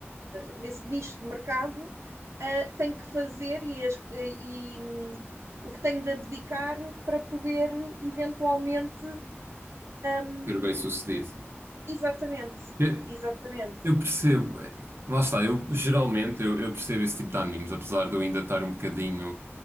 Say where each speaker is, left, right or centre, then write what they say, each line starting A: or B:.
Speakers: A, on the right; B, on the right.
A: nesse nicho de mercado ah, tem que fazer e, as- e, hum, o que tem de abdicar para poder eventualmente. hum,
B: Ser bem-sucedido.
A: exatamente,
B: Eu,
A: exatamente.
B: eu percebo. é, Lá está, eu geralmente eu, eu percebo esse tipo de animes, apesar de eu ainda estar um bocadinho